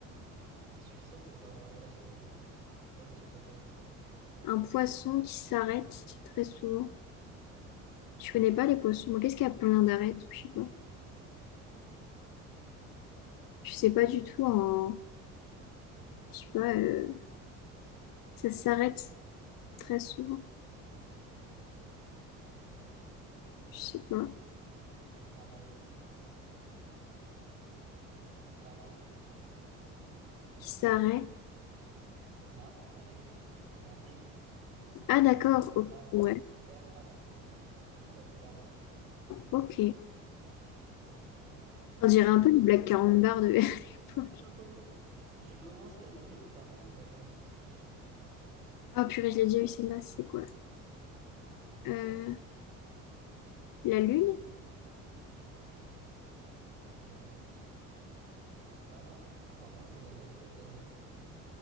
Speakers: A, on the right; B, on the left.
A: <laughs> Je suis sûr, que c'est ça. En vrai, en vrai, celui-là, je sais. Vas-y, je te laisse un peu.
B: Un poisson qui s'arrête très souvent. Je connais pas les poissons. Moi, Qu'est-ce qu'il y a plein d'arêtes? Je sais pas. Je sais pas du tout. En... Je sais pas. euh, Ça s'arrête très souvent.
A: Hmm.
B: Je sais pas.
A: L'arrêt. L'arrêt.
B: Qui s'arrête.
A: La. Ré. La. Ré.
B: Ah, d'accord.
A: R.
B: Oh,
A: A.
B: ouais.
A: R-A-I-E. Du coup, ça fait de l'arrêt.
B: Ok.
A: <laughs>
B: On dirait
A: Ouais.
B: un peu du
A: <laughs>
B: Black Carambar de <laughs> l'époque.
A: Ouais. Je commence la nuit et je termine le matin. Qui suis-je?
B: Ah, purée, je l'ai déjà eu celle-là. C'est quoi? Euh, la lune?
A: Hmm, Bah ouais, hein, je pense que la nuit. Ah non, apparemment c'est la lettre N.